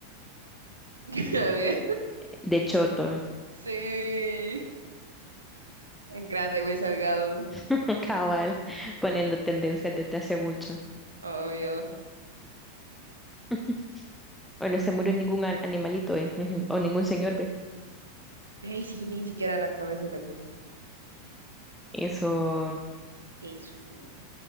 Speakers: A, on the right; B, in the centre.
A: <laughs> A ver.
B: de choto.
A: Sí. En grande, Will Salgado.
B: <laughs> Cabal, poniendo tendencias desde hace mucho.
A: Obvio.
B: <laughs> bueno se murió ningún an- animalito, ¿eh? Ujú, O ningún señor, ¿ve?
A: Ay, sí, ni siquiera la cabeza le puse.
B: Eso,
A: Jesús,